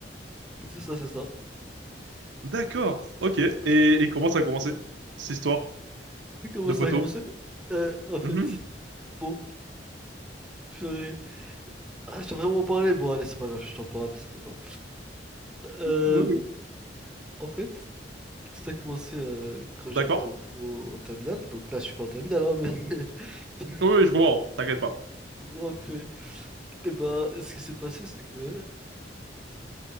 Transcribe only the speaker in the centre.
c'est ça, c'est ça.
Et comment
ça
a commencé? Euh, en fait,
bon, purée. Ah, je t'ai vraiment parlé, bon, allez, c'est pas grave, je t'en parle, c'est pas grave. Euh,
en fait, tout a commencé euh, quand j'étais
au, au- au terminal, donc là, je suis pas en terminal, hein, mais.
<laughs>
Bon, purée. Et ben, ce qui s'est passé, c'est que